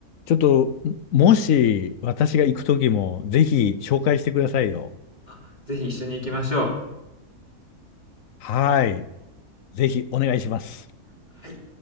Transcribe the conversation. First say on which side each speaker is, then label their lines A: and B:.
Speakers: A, on the left (about 70°); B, on the left (about 30°).
A: ちょっと、もし、私が行くときも、ぜひ、紹介してくださいよ。
B: あ、ぜひ一緒に行きましょ
A: はい。ぜひ、お願いします。
B: う。はい。